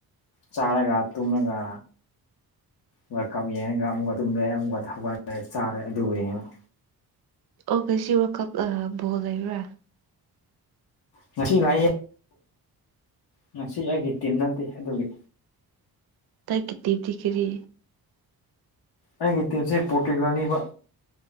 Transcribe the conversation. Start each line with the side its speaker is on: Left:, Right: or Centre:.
Left: ꯆꯥꯔꯒ ꯇꯨꯝꯔꯒ ꯋꯔ꯭ꯥꯜꯀꯞ ꯌꯦꯡꯔꯒ ꯑꯃꯨꯛꯀ ꯇꯨꯝꯔꯦ ꯑꯃꯨꯛꯀ ꯍꯧꯒꯠꯂꯦ ꯆꯥꯔꯦ ꯑꯗꯨꯕꯨ ꯌꯦꯉꯦ
Right: ꯑꯣ ꯀꯩꯁꯤ ꯋꯥꯀꯞ ꯑꯥ ꯕꯣꯜ ꯂꯩꯕ꯭ꯔꯥ
Left: ꯉꯁꯤ ꯂꯥꯏꯌꯦ ꯉꯁꯤ ꯑꯩꯒꯤ ꯇꯤꯝ ꯅꯠꯇꯦ ꯑꯗꯨꯒꯤ
Right: ꯗꯥꯏꯠꯀꯤ ꯗꯤꯌꯨꯇꯤ ꯀꯔꯤ
Left: ꯑꯩꯒꯤ ꯇꯤꯝꯁꯦ ꯄꯔꯣꯇꯨꯒꯜꯅꯦꯕ